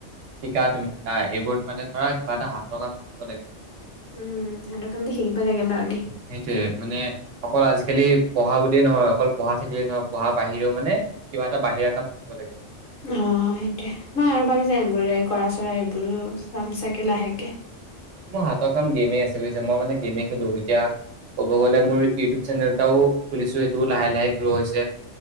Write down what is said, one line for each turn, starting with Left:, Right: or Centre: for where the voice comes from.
Right: শিকা তুমি। এইবোৰত মানে ধৰা কিবা এটা হাতৰ কাম থাকিব লাগে।
Left: উম, হাতৰ কামটো শিকিব লাগে বাৰু দেই।
Right: সেই যে মানে অকল আজিকালি পঢ়া বুলিয়েই নহয় অকল পঢ়া থাকিলেই নহয় পঢ়া বাহিৰেও মানে কিবা এটা বাহিৰা কাম থাকিব লাগে।
Left: অ', সেইটোৱে মই আৰু ভাবিছা এম্ব্ৰডায়েৰি কৰা চৰা এইবোৰো চাম চাগে লাহেকে।
Right: মোৰ হাতৰ কাম গেমে আছে বুজিছে মই মানে গেমেই খেলো এতিয়া ক'ব গ'লে মোৰ ইউটিউব চেনেল এটাও খুলিছো সেইটোও লাহে লাহে গ্ৰ' হৈছে।